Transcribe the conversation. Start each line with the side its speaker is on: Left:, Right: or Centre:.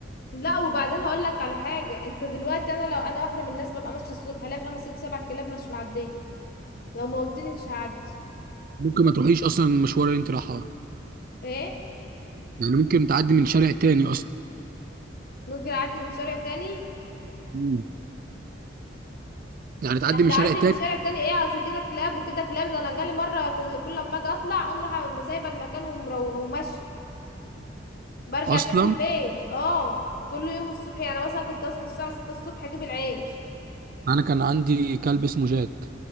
Left: لا وبعدين هقول لك على حاجه انت دلوقتي انا لو انا واحده من الناس ببقى ماشيه الصبح الاقي خمس ست سبع كلاب مش معديه لو موتني مش هعدي
Right: ممكن ما تروحيش اصلا المشوار اللي انت رايحاه
Left: ايه
Right: يعني ممكن تعدي من شارع تاني اصلا
Left: ممكن اعدي من شارع تاني
Right: مم. يعني تعدي
Left: هتعدي
Right: من شارع تاني
Left: من شارع تاني ايه قصدي كده كلاب وكده كلاب ده انا جالي مره كل كل لما اجي اطلع اقوم رايحه سايبه المكان ومرو... وماشيه برجع
Right: اصلا
Left: تاني البيت اه كل يوم الصبح يعني مثلا كنت اصحى الساعة ستة الصبح اجيب العيش
Right: انا كان عندي كلب اسمه جاك